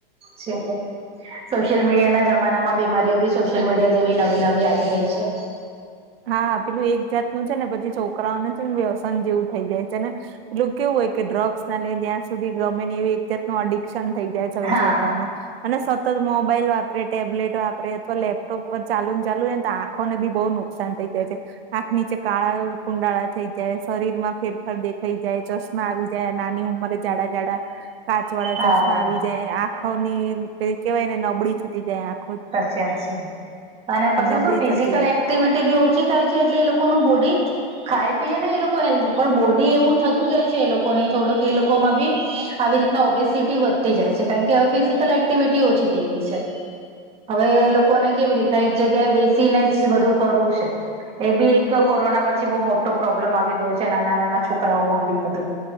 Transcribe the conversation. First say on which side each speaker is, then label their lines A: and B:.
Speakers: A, on the right (about 20°); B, on the right (about 85°).
A: છે. સોશિયલ મીડિયા ના જમાનામાં બીમારીઓ બી સોશિયલ મીડિયા જેવી નવી નવી આવી ગઈ છે.
B: હા પેલું એક જાતનું છે ને પછી છોકરાઓને છે ને વ્યસન જેવું થઈ જાય છે ને એટલું કેવું હોય કે ડ્રગ્સ ના લઈને ત્યાં સુધી ગર્મે એવી એક જાત અડી શન થઈ જાય છે હવે
A: હા
B: છોકરાઓને. અને સતત મોબાઈલ વાપરે, ટેબલેટ વાપરે અથવા લેપટોપ પર ચાલુ ચાલુ ને આખો બી બહુ નુ શાન થઈ જાય છે. આંખ નીચે કાળા કુંડાળા થઈ જાય, શરીર માં ફેરફાર દેખાઈ જાય, ચ આવી જાય, નાની ઉંમરે જાડા જાડા કાચ વાળા
A: હા
B: ચોસમાં આવી જાય, આ ખોની પે કેહેવાય ને નબળી થતી જાય આખ.
A: સાચી વાત છે અને પછી
B: નબળી
A: શું ફિઝિકલ
B: થતી જાય
A: એક્ટિવિટી બી ઓછી થાય છે એટલે એ લોકોનું બોડી ખાય પીએ ને એ લોકો હેલ્ધી પણ બોડી એવું થતું જાય છે એ લોકોને થોડું કે એ લોકોમાં બી. આવી રીતના ઓબેસિટી વધતી જાય છે કારણ કે હવે ફિઝિકલ એક્ટિવિટી ઓછી થઈ ગઈ છે. હવે એ લોકોને કેવી રીતના એક જગ્યાએ બેસીને જ બધું કરવું છે. એ બી એક કોરોના પછી બહુ મોટો પ્રોબ્લેમ આવી ગયો છે નાના નાના છોકરાઓમાં બી બધું.